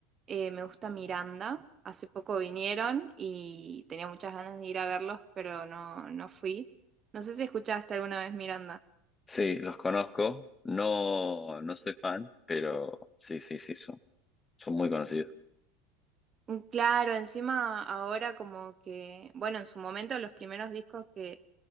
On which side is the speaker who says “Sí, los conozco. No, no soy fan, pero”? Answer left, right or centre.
Left